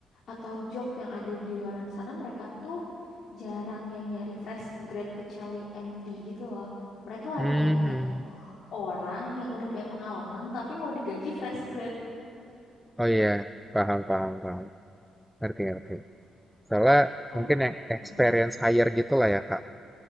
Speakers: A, on the left; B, in the centre.
A: atau job yang ada di luaran sana mereka tuh jarang yang nyari fresh grad kecuali MT gitu loh mereka lagi
B: Mhm.
A: nyarinya tuh orang yang udah punya pengalaman tapi mau digaji fresh grad
B: Oh iya, paham, paham, paham. Ngerti, ngerti. Soalnya
A: kamu
B: mungkin yang experience
A: Mm-mm.
B: higher gitu lah ya, Kak.